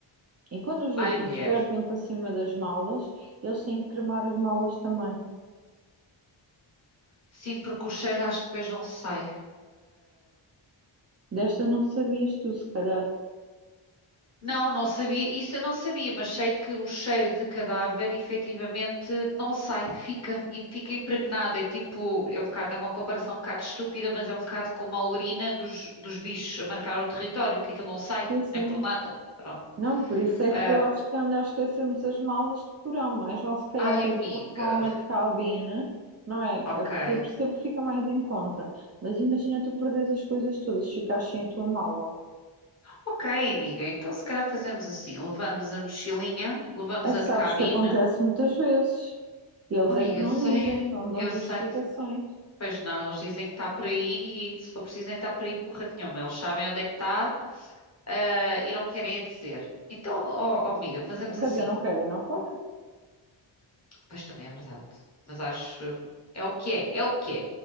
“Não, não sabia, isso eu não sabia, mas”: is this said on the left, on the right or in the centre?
Left